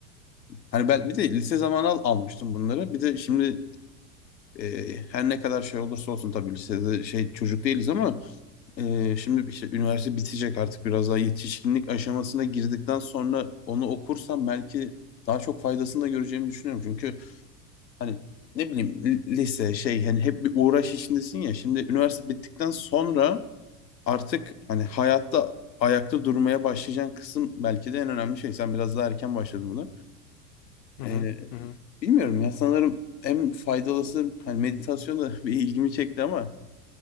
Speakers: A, on the left (about 90°); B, on the left (about 35°).
A: hani ben bir de lise zamanı al- almıştım bunları. Bir de şimdi e, her ne kadar şey olursa olsun tabii lisede şey çocuk değiliz ama e, şimdi işte üniversite bitecek artık biraz daha yetişkinlik aşamasına girdikten sonra onu okursam belki daha çok faydasını da göreceğimi düşünüyorum. Çünkü hani ne bileyim li- lise şey hani hep bir uğraş içindesin ya. Şimdi üniversite bittikten sonra artık hani hayatta ayakta durmaya başlayacağın kısım belki de en önemli şey. Sen biraz daha erken başladın buna.
B: Hı
A: Ee,
B: hı. Hı hı.
A: bilmiyorum ya sanırım en faydalısı hani meditasyon da <laughs> bir ilgimi çekti ama